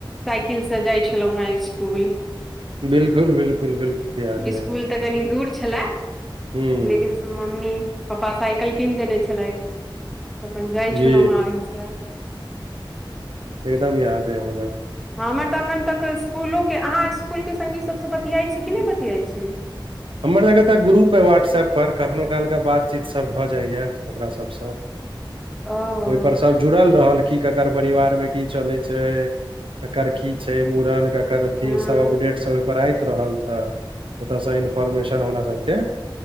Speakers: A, in the centre; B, on the right.
A: साइकिलसँ जाइ छलौं हें स्कुल।
B: बिल्कुल बिल्कुल बिल्कुल याद अइ
A: स्कुल तऽ कनि दूर छलै
B: हूँ
A: लेकिन मम्मी-पप्पा साइकिल कीन देने छलैथ, त अपन जाइ छलौं
B: जी
A: हें ओहिसँ। हू
B: एकदम याद अय हमरा।
A: हमर तऽ एखन तक स्कुलोके, अहाँ स्कुलके संगी सबसँ बतियाइ छी कि नहि बतियाइ छी?
B: हमर सबके त ग्रुप अय व्हाट्सऐप पर, कखनो काल के बातचीत सब भ जाय यैं। ओकरा सबसँ।
A: ओ
B: ओयपर सभ जुड़ल रहल, की ककर परिवार मे की चलै छै ककर की छै, मुड़न, केकर अथी
A: हँ
B: सब अपडेट सब ओहि पर आइत रहल त ओतऽ सँ इन -फॉर्मेशन हमरा सबके